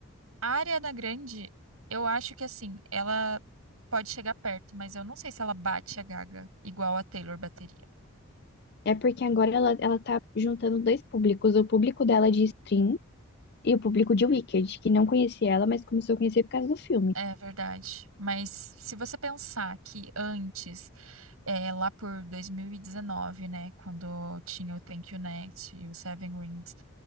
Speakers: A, on the right (about 80°); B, on the left (about 50°).
A: A Ariana Grande, eu acho que assim, ela pode chegar perto, mas eu não sei se ela bate a Gaga igual a Taylor bateria.
B: É porque agora ela, ela tá juntando dois públicos. O público dela de stream e o público de Wicked, que não conhecia ela, mas começou a conhecer por causa do filme.
A: É verdade. Mas se você pensar que antes, é, lá por 2019, né, quando tinha o Thank You Next e o Seven Rings,